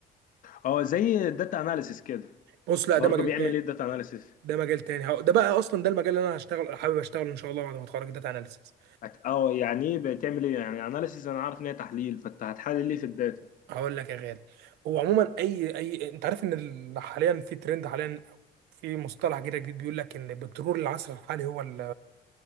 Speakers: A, on the left; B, on the right.
A: اه زي الداتا اناليسيس كده
B: بص لا
A: برضه
B: ده مجال
A: بيعمل
B: تاني
A: ايه الداتا اناليسيس
B: ده مجال تاني هو- ده بقى اصلا ده المجال اللي انا هشتغل حابب اشتغله ان شاء الله بعد ما اتخرج داتا اناليسيس
A: هت... اه يعني ايه بتعمل ايه يعني اناليسيس انا عارف ان هي تحليل فانت هتحلل ليه في الداتا
B: هقول لك يا غالي هو عموما اي اي انت عارف ان ال- حاليا في ترند حاليا في مصطلح كده جديد بيقول لك ان بترول العصر الحالي هو ال